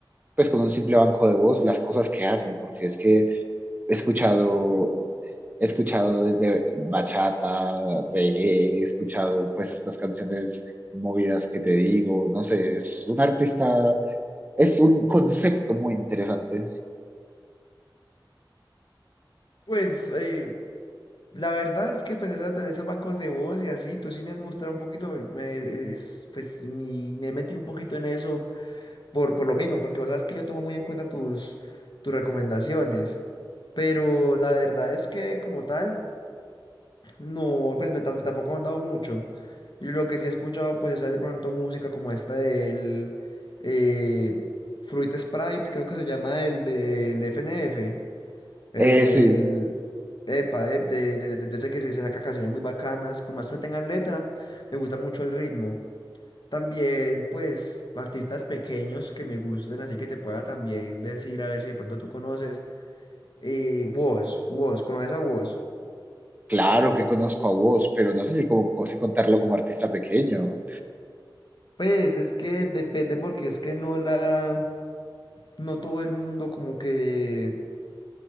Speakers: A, on the right; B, on the left.
A: pues con un simple banco de voz las cosas que hacen, porque es que he escuchado, he escuchado desde bachata, reggae, he escuchado pues estas canciones movidas que te digo, no sé, es un artista, es un concepto muy interesante.
B: pues eh, la verdad es que pues esas, esos bancos de voz y así, tú sí me has mostrado un poquito, me, e, es, pues mi- me he metido un poquito en eso por, por lo mismo, porque vos sabes que yo tomo muy en cuenta tus, tus recomendaciones. Pero la verdad es que como tal, no, pues no, tam- tampoco han dado mucho. Yo lo que sí he escuchado, pues es de pronto música como esta del eh, Fruit Sprite, creo que se llama el del FNF, el
A: Eh,
B: del...
A: sí,
B: Epa, eh, de, de, de- de ese que se, se saca canciones muy bacanas, por más que no tengan letra, me gusta mucho el ritmo. También, pues, artistas pequeños que me gusten, así que te pueda también decir, a ver si de pronto tú conoces. Eh, Wos, Wos, ¿conoces a Wos?
A: claro que conozco a vos, pero no sé si, como, si contarlo como artista pequeño.
B: Pues es que depende porque es que no la, no todo el mundo como que